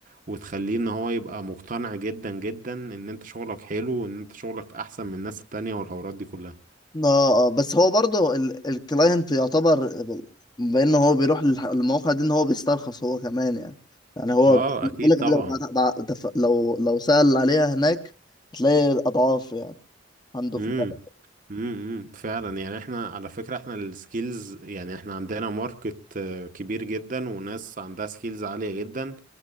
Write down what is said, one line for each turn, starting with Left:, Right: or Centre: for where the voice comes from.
Right: وتخليه ان هو يبقى مقتنع جدا جدا ان انت شغلك حلو وان انت شغلك احسن من الناس التانية والحوارات دي كلها
Left: اه اه بس هو برضه ال- الكلاينت يعتبر ب- بانه هو بيروح للح- للمواقع دي ان هو بيسترخص هو كمان يعني يعني هو
Right: اه
Left: بالك
Right: اكيد طبعا
Left: لو بعت- بع- تف- لو لو سأل عليها هناك هتلاقي اضعاف يعني عنده
Right: امم
Left: في البلد
Right: امم امم، فعلا يعني احنا على فكرة احنا السكيلز يعني احنا عندنا ماركت آه، كبير جدا وناس عندها سكيلز عالية جدا